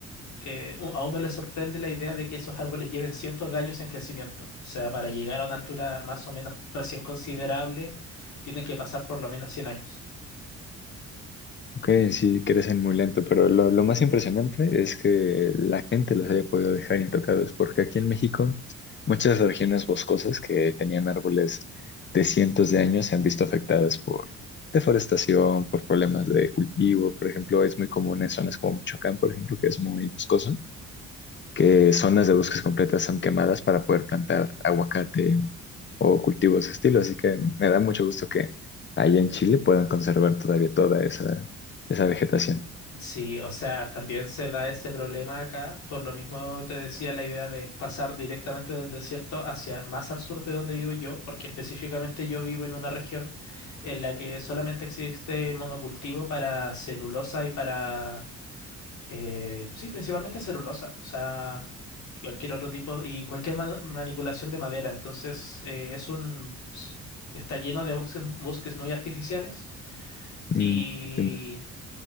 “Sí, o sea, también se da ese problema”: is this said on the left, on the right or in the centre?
Left